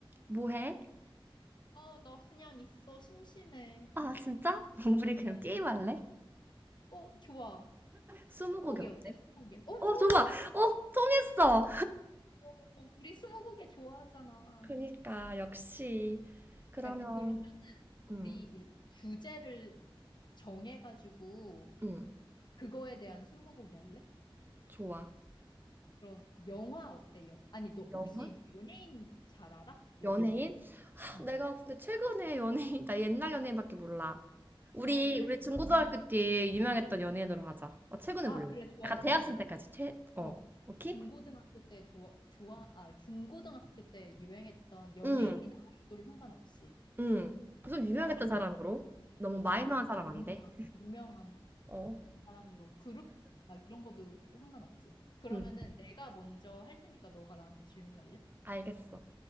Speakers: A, on the right (about 20°); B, on the left (about 55°).
A: 뭐 해?
B: 아, 나 그냥 있어. 심심해.
A: 아, 진짜? <laughs> 우리 그냥
B: 어,
A: 게임할래?
B: 어, 좋아. 스무고개
A: 스무고개 어때?
B: 어때? 스무고개. 어,
A: 어,
B: 좋아,
A: 좋아!
B: 좋아,
A: 어,
B: 좋아.
A: 통했어!
B: 어, 우리 스무고개 좋아하잖아.
A: 그러니까, 역시. 그러면,
B: 야, 그러면은 우리
A: 음,
B: 일- 주제를 정해가지고
A: 음,
B: 그거에 대한 스무고개 할래?
A: 좋아.
B: 그럼 영화 어때? 요 아니, 너
A: 영화?
B: 혹시 연예인 잘 알아? 연예인?
A: 연예인?
B: 어.
A: 내가 근데 최근에 연예인, 나 옛날 연예인밖에 몰라. 우리,
B: 아, 그래?
A: 우리 중고등학교
B: 그러면.
A: 때 유명했던 연예인으로 하자. 어, 최근에
B: 아,
A: 몰라.
B: 그래. 좋아,
A: 약간
B: 좋아,
A: 대학생
B: 좋아.
A: 때까지 최, 어,
B: 어,
A: 오케이?
B: 중고등학교 때 좋아, 좋아, 아, 중고등학교 때 유행했던 연예인이나
A: 응,
B: 아이돌 상관없이.
A: 응. 좀 유명했던
B: 아, 오케이.
A: 사람으로. 너무 마이너한
B: 아, 어,
A: 사람
B: 어,
A: 안
B: 유명한,
A: 돼.
B: 유명한
A: 어,
B: 사람으로. 그룹, 막 이런 것도 상관없지. 그러면은
A: 응,
B: 내가 먼저 할 테니까 너가 나한테 질문할래?
A: 알겠어.